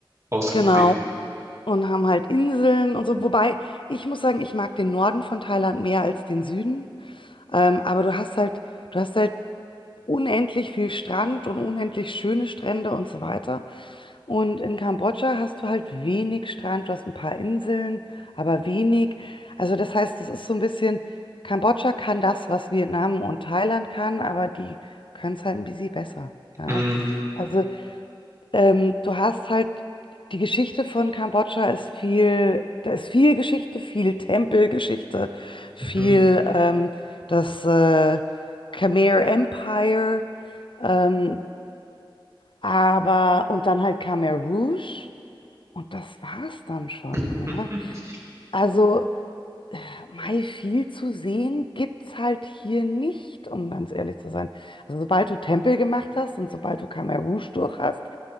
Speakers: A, on the right (about 35°); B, on the left (about 70°).
A: ausgiebig.
B: genau. Und haben halt Inseln und so. Wobei, ich muss sagen, ich mag den Norden von Thailand mehr als den Süden. Ähm, aber du hast halt, du hast halt unendlich viel Strand und unendlich schöne Strände und so weiter. Und in Kambodscha hast du halt wenig Strand, du hast ein paar Inseln, aber wenig. Also das heißt, das ist so ein bisschen, Kambodscha kann das, was Vietnam und Thailand kann, aber die können es halt ein bisschen besser. Ja.
A: Mhm.
B: Also ähm, du hast halt, die Geschichte von Kambodscha ist viel, da ist viel Geschichte, viel Tempelgeschichte, viel
A: Mhm.
B: ähm, das äh, Khmer Empire, ähm, aber und dann halt Khmer Rouge. Und das war's dann schon,
A: <laughs>
B: ja. Also, Mai, viel zu sehen gibt's halt hier nicht, um ganz ehrlich zu sein. Also, sobald du Tempel gemacht hast und sobald du Khmer Rouge durch hast,